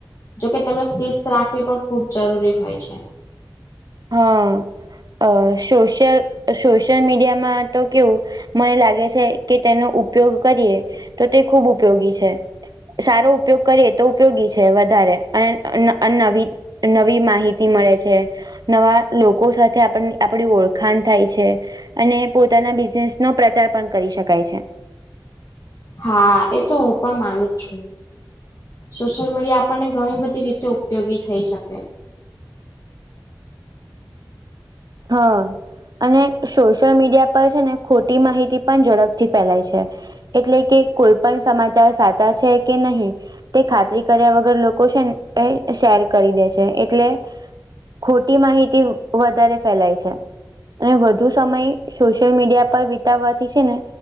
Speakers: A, on the left; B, on the right.
A: જોકે તમે શિસ્ત રાખવી પણ ખૂબ જરૂરી હોય છે.
B: હા સોશિયલ સોશિયલ મીડિયામાં તો કેવું. મને લાગે છે કે તેનો ઉપયોગ કરીએ તો તે ખૂબ ઉપયોગી છે. સારો ઉપયોગ કરીએ તો ઉપયોગી છે વધારે અન અનેનવી. નવી માહિતી મળે છે. નવા લોકો સાથે આપ આપણી ઓળખાણ થાય છે. અને પોતાના બિઝનેસ નો પ્રચાર પણ કરી શકાય છે.
A: હા એ તો હું પણ માનું જ છું. સોશિયલ મીડિયા આપણને ઘણી બધી રીતે ઉપયોગી થઈ શકે.
B: હા. અને સોશિયલ મીડિયા પર છે ને ખોટી માહિતી પણ ઝડપથી ફેલાય છે. એટલે કે કોઈ પણ સમાચાર સાચા છે કે નહી. તે ખાતરી કર્યા વગર લોકો છે શેર કરી દે છે એટલે. ખોટી માહિતી વધારે ફેલાય છે. અને વધુ સમય સોશિયલ મીડિયા પર વિતાવવાથી છે ને.